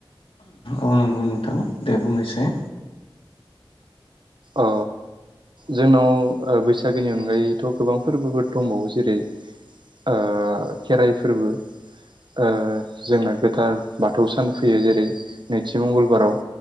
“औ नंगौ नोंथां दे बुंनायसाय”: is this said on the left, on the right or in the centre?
Left